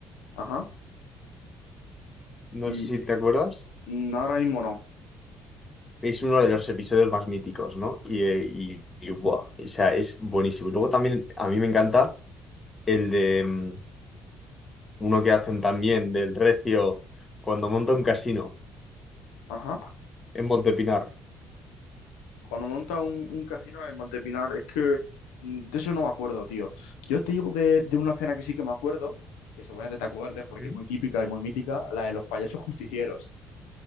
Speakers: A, on the left; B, on the left.
A: Ajá. Y
B: no sé si te acuerdas,
A: mm, ahora mismo no.
B: es uno de los episodios más míticos, ¿no? Y, eh, y, y, buah, o sea, es buenísimo. Y luego también a mí me encanta el de mm, uno que hacen también del Recio cuando monta un casino
A: Ajá.
B: en Montepinar.
A: Cuando monta un, un casino en Montepinar, es que mm, de eso no me acuerdo, tío. Yo te digo de, de una cena que sí que me acuerdo, que seguramente te acuerdes porque
B: ¿Mm?
A: es muy típica y muy mítica, la de los payasos justicieros.